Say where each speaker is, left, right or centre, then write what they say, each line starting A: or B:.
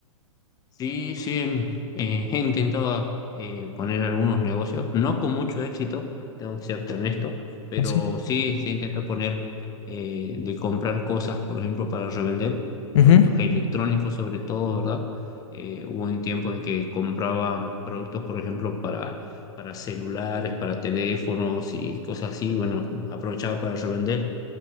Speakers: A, on the left; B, on the left.
A: Sí, sí, eh, he intentado eh, poner algunos negocios, no con mucho éxito, tengo que serte honesto, pero
B: Ah, sí.
A: sí, sí intento poner eh, de comprar cosas, por ejemplo, para revender,
B: Ujú,
A: productos electrónicos sobre todo, ¿verdad? Eh, hubo un tiempo en que compraba productos, por ejemplo, para, para celulares, para teléfonos y cosas así, bueno, aprovechaba para revender